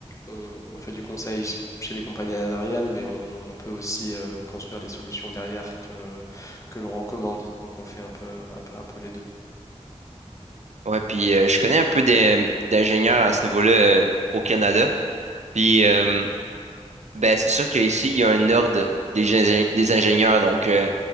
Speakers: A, on the left; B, on the right.
A: on- on fait du conseil ch- chez les compagnies aériennes, mais on, on peut aussi euh, construire des solutions derrière que, que l'on recommande. Donc on fait un peu, un peu, un peu les deux.
B: Ouais, puis euh, je connais un peu des- d'ingénieurs à ce niveau-là euh, au Canada. Puis. euh, Ben, c'est sûr qu'ici, il y a un ordre des, gé- des ingénieurs. Donc, euh,